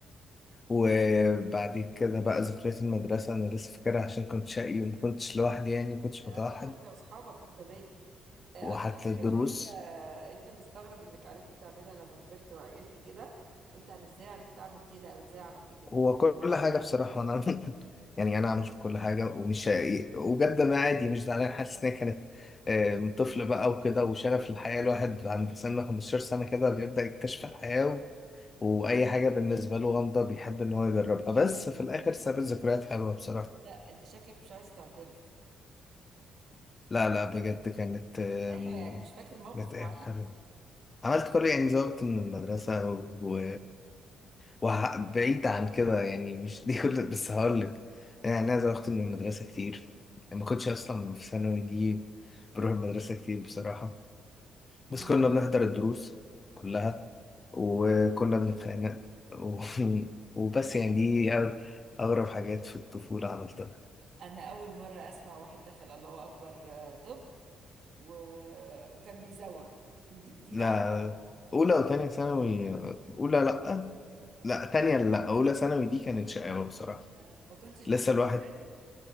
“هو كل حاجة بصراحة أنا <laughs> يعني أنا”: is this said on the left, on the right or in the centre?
Left